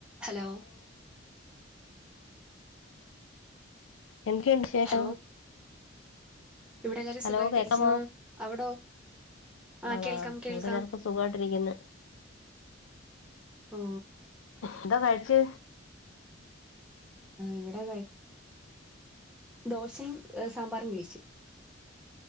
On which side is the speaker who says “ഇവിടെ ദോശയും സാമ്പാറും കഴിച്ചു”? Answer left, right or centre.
Centre